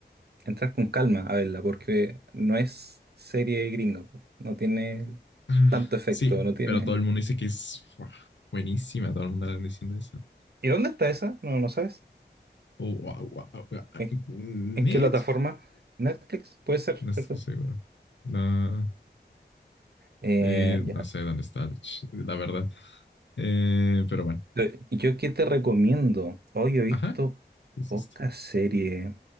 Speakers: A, on the right; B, on the left.
A: entrar con calma a verla, porque no es serie gringa, po. no tiene
B: Ah,
A: tanto efecto,
B: sí,
A: no tiene.
B: pero todo el mundo dice que es... buah, Buenísima, todo el mundo está diciendo eso.
A: ¿Y dónde está esa? No, no sabes.
B: O, o- o- o- o-
A: ¿En, en
B: Netflix.
A: qué plataforma? Netflix, puede ser,
B: No estoy
A: ¿cierto?
B: seguro. No,
A: Eh,
B: eh,
A: ya.
B: no sé dónde está, el ch- la verdad. Eh, pero bueno,
A: Eh, ¿Yo qué te recomiendo? Hoy he visto
B: ajá, ¿qué es
A: pocas
B: esto?
A: series